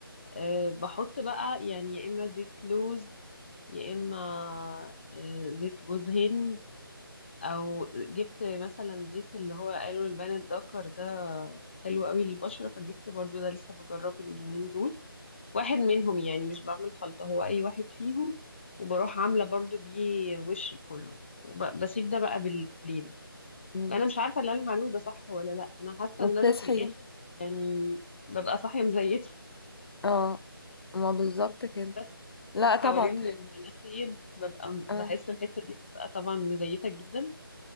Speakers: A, on the left (about 30°); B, on the left (about 80°).
A: أه بحط بقى يعني يا اما زيت لوز يا اما آه، زيت جوز هند او جبت مثلا زيت اللي هو قالوا البان الدكر ده حلو قوي للبشرة فجبت برضو ده لسه بجربه اليومين دول واحد منهم يعني مش بعمل خلطة هو أي واحد فيهم وبروح عاملة برضو بيه وشي كله وبسيب ده بقى بالليل
B: مم.
A: أنا مش عارفة اللي أنا بعمله ده صح ولا لأ أنا حاسة
B: وبتصحي
A: إن أنا في الآخر يعني ببقى صاحية مزيتة
B: اه ما بالظبط كده
A: <laughs>
B: لا
A: حوالين
B: طبعا
A: المناخير ببقى م- بحس
B: اه
A: الحتة دي بتبقى طبعا مزيتة جدا